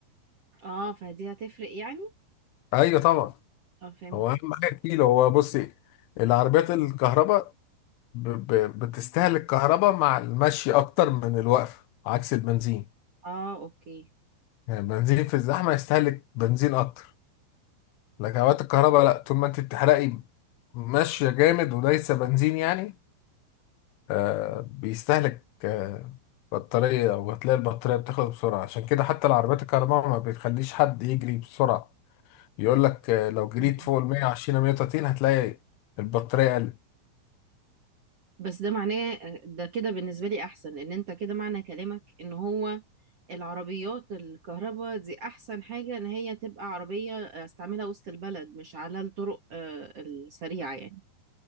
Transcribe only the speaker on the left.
ايوه طبعا
هو اهم حاجه الكيلو هو بصي العربيات الكهرباء ب... ب... بتستهلك كهرباء مع المشي اكتر من الوقفه عكس البنزين
يعني البنزين في الزحمه يستهلك بنزين اكتر لكن اوقات الكهرباء لا طول ما انت بتحرقي ماشيه جامد وليس بنزين يعني آه بيستهلك آه بطاريه وهتلاقي البطاريه بتخلص بسرعه عشان كده حتى العربيات الكهرباء ما بتخليش حد يجري بسرعه يقول لك آه لو جريت
فوق ال 120 أو 130 هتلاقي البطاريه قلت